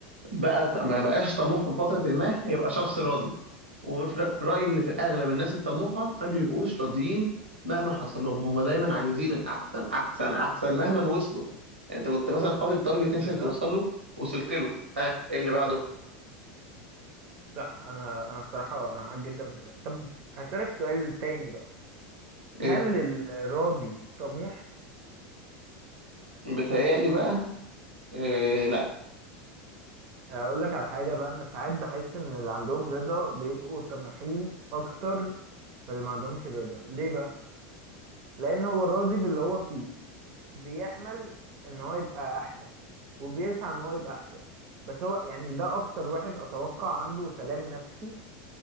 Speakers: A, on the right (about 85°); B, on the right (about 45°).
A: بقى ما بقاش طموح في فترة ما هيبقى شخص راضي وفي رأ- في رأيي إن في الأغلب الناس الطموحة ما بيبقوش راضيين مهما حصل لهم هم دايما عايزين الأحسن أحسن أحسن مهما وصلوا يعني أنت كنت مثلا حاطط تارجت
B: بالظبط
A: نفسك توصل له وصلت له ها إيه اللي بعده؟
B: صح انا انا الصراحه انا معاك جدا في الحتة. طب هسألك سؤال تاني بقى هل
A: إيه؟
B: الراضي طموح
A: بيتهيألي بقى إيه لا
B: اقول لك على حاجه بقى انا ساعات بحس ان اللي عندهم رضا بيبقوا طموحين اكتر من اللي ما عندهمش رضا ليه بقى لان هو راضي باللي هو فيه بيأمل ان هو يبقى احسن وبيسعى ان هو يبقى احسن بس هو يعني ده اكتر واحد اتوقع عنده سلام نفسي